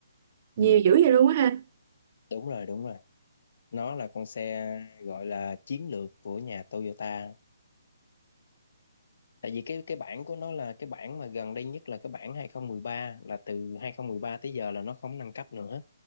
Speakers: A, on the right; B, on the left.
A: nhiều
B: Ừ.
A: dữ vậy luôn á ha
B: đúng rồi đúng rồi nó là con xe gọi là chiến lược của nhà Toyota tại vì cái cái bản của nó là cái bản mà gần đây nhất là cái bản hai không một ba là từ 2013 tới giờ là nó không nâng cấp nữa